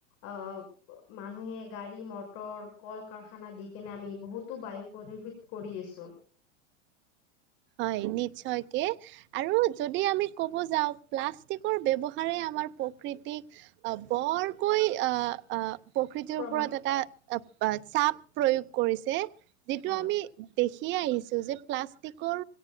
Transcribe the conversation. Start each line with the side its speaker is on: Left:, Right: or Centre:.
Left: অ' মানুহে গাড়ী মটৰ কল কাৰখানা দি কিনে আমি বহুতো বায়ু প্ৰদ ৰোহিত কৰি আছো।
Right: হয় নিশ্চয়কে, আৰু যদি আমি ক'ব যাওঁ প্লাষ্টিকৰ ব্যৱহাৰ আমাৰ প্ৰকৃতিক বৰকৈ আহ আহ প্ৰকৃতিৰ
Left: প্ৰভাৱ
Right: ওপৰত এটা চাপ প্ৰয়োগ কৰিছে। যিটো
Left: হয়
Right: আমি কি আহিছোঁ যে প্লাষ্টিকৰ